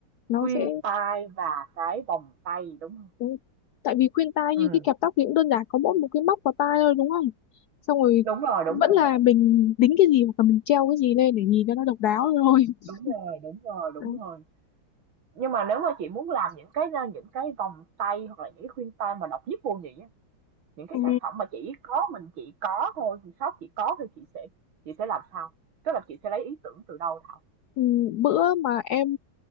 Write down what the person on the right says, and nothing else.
khuyên
tai và cái vòng tay, đúng không
Ừm.
Đúng rồi, đúng
rồi,
đúng rồi, đúng rồi, đúng
rồi. Nhưng mà nếu mà chị muốn làm những cái, a, những cái vòng tay hoặc là những cái khuyên tai mà độc nhất vô nhị á, những cái
sản phẩm mà chỉ có mình chị có thôi, thì shop chị có thôi, chị sẽ chị sẽ làm sao? Tức là chị sẽ lấy ý tưởng từ đâu Thảo?